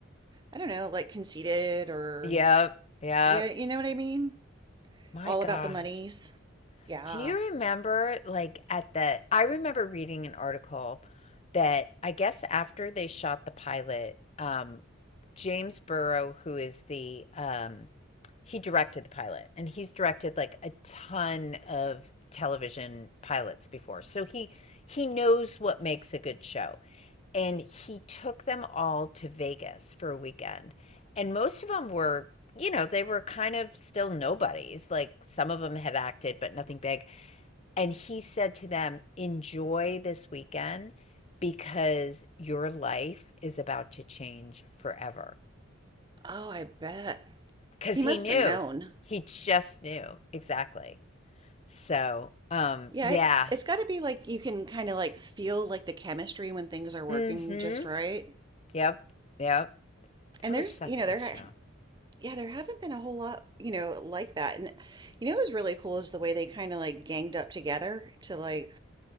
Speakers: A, on the right (about 20°); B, on the left (about 30°).
A: I don't know, like conceited or
B: Yep. Yep.
A: yeah, you know what I mean?
B: My
A: All
B: gosh.
A: about the monies. Yeah.
B: Do you remember, like, at the, I remember reading an article that I guess after they shot the pilot, um, James Burrow, who is the um he directed the pilot and he's directed like a ton of television pilots before. So he he knows what makes a good show. And he took them all to Vegas for a weekend. And most of them were, you know, they were kind of still nobodies. Like some of them had acted but nothing big. And he said to them, "Enjoy this weekend because your life is about to change forever."
A: Oh, I bet.
B: because
A: He
B: he
A: must
B: knew
A: have known.
B: he just knew exactly so um
A: Yeah,
B: yeah
A: it, it's got to be like you can kind of like feel like the chemistry when things are working
B: mm-hmm
A: just right.
B: yep yep
A: And
B: that
A: there's,
B: was such
A: you know,
B: a good
A: there
B: show
A: have, yeah, there haven't been a whole lot, you know, like that. And you know, what was really cool is the way they kind of like ganged up together to like